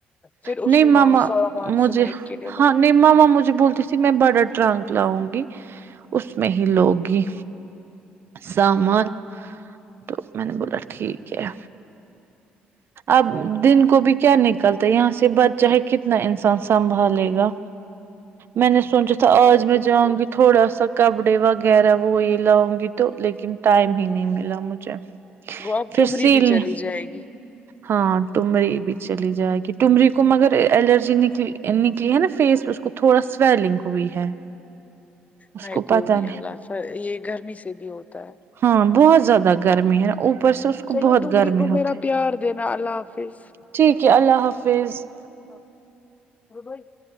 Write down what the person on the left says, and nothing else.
پھر اس
سامان
سمیٹ کے لے لو
ہاں
بالکل
گوب
ٹمری
بھی چلی جائے گی
ہائے
کوئی
نہیں اللہ فائر یہ گرمی سے بھی ہوتا ہے
چلو
ٹمری
کو میرا
پیار دینا اللہ حافظ
<unintelligible>